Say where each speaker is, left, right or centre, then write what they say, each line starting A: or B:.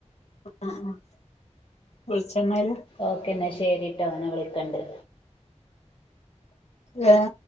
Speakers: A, on the left (about 60°); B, on the left (about 45°).
A: ആഹ് ആഹ്‌ വെളിച്ചെണ്ണേൽ -
B: ഓക്കേ എന്നാൽ ശരിട്ടോ ഞാൻ വിളിക്കണ്ട്
A: ഏഹ്